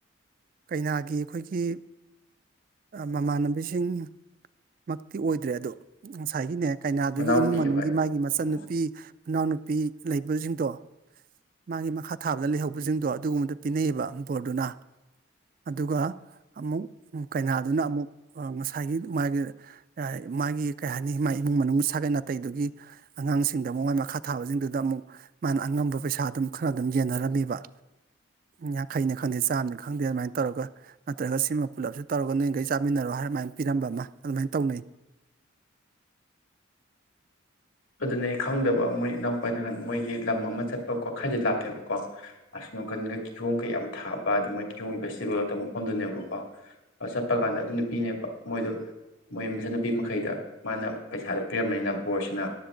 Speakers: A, on the right (about 45°); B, on the left (about 80°).
A: ꯀꯩꯅꯥꯒꯤ ꯑꯩꯈꯣꯏꯒꯤ ꯃꯃꯥꯟꯅꯕꯤꯁꯤꯡ ꯃꯛꯇꯤ ꯑꯣꯏ ꯑꯣꯏꯗ꯭ꯔꯦ ꯑꯗꯣ ꯉꯁꯥꯏꯒꯤꯅꯦ ꯀꯩꯅꯥꯗꯨꯒꯤ
B: ꯃꯅꯥꯎꯄꯤ
A: ꯏꯃꯨꯡ ꯃꯅꯨꯡꯒꯤ
B: ꯍꯣꯏ
A: ꯃꯥꯒꯤ ꯃꯆꯟꯅꯨꯄꯤ
B: ꯎꯝ
A: ꯃꯅꯥꯎꯅꯨꯄꯤ ꯂꯩꯗꯣ ꯃꯥꯒꯤ ꯃꯈ ꯊꯥꯕꯗ ꯂꯩꯍꯧꯕꯁꯤꯡꯗꯣ ꯑꯗꯨꯒꯨꯝꯕꯗꯨ ꯄꯤꯅꯩꯌꯦꯕ ꯕꯣꯔꯗꯨꯅ ꯑꯗꯨꯒ ꯑꯃꯨꯛ ꯀꯩꯅꯥꯗꯨꯅ ꯑꯃꯨꯛ ꯉꯁꯥꯏꯒꯤ ꯃꯥꯒꯤ ꯃꯥꯒꯤ ꯀꯩ ꯍꯥꯏꯅꯤ ꯃꯥꯒꯤ ꯏꯃꯨꯡ ꯃꯅꯨꯡ ꯁꯥꯒꯩ ꯅꯥꯇꯩꯗꯨꯒꯤ ꯑꯉꯥꯡꯁꯤꯡꯗ ꯑꯃꯛ ꯃꯈ ꯊꯥꯕ ꯗ ꯑꯃꯨꯛ ꯃꯥꯅ ꯑꯉꯝꯕ ꯄꯩꯁꯥ ꯑꯗꯨꯝ ꯈꯔ ꯑꯗꯨꯝ ꯌꯦꯟꯅꯔꯝꯃꯤꯕ ꯌꯥꯡꯈꯩꯅ ꯈꯪꯗꯦ ꯆꯥꯝꯅꯤ ꯈꯪꯗꯦ ꯑꯗꯨꯃꯥꯏꯅ ꯇꯧꯔꯒ ꯅꯠꯇ꯭ꯔꯒ ꯁꯤꯃ ꯄꯨꯜꯂꯞꯁ ꯇꯧꯔꯒ ꯅꯣꯏꯈꯩ ꯆꯥꯃꯤꯟꯅꯔꯣ ꯍꯥꯏꯔꯃꯥꯏꯅ ꯄꯤꯔꯝꯕ ꯑꯃ ꯑꯗꯨꯃꯥꯏꯅ ꯇꯧꯅꯩ
B: ꯑꯗꯨꯅꯦ ꯑꯩ ꯈꯪꯗꯕ ꯃꯣꯏ ꯏꯅꯥꯎꯄꯥ ꯅꯍꯥꯟ ꯃꯣꯏꯒꯤ ꯂꯝ ꯑꯃ ꯆꯠꯄꯀꯣ ꯈꯔꯁꯦ ꯂꯥꯞꯄꯦꯕꯀꯣ ꯑꯁꯅꯥꯀꯟꯒ ꯀꯤꯍꯣꯝꯒ ꯌꯥꯝ ꯊꯥꯕ ꯑꯗꯨ ꯃꯣꯏ ꯀꯤꯍꯣꯝꯒꯤ ꯐꯦꯁꯇꯤꯚꯦꯜꯒ ꯇꯧꯕ ꯃꯐꯝꯗꯨꯅꯦꯕꯀꯣ ꯑꯗꯨ ꯆꯠꯄ ꯀꯥꯟꯗ ꯑꯗꯨ ꯅꯨꯄꯤꯅꯦꯕ ꯃꯣꯏꯗꯣ ꯃꯣꯏ ꯃꯆꯥꯟꯅꯨꯄꯤ ꯃꯈꯩꯗ ꯃꯥꯅ ꯄꯩꯁꯥꯗ ꯄꯤꯔꯝꯕꯅꯤꯅ ꯕꯣꯔꯁꯤꯅ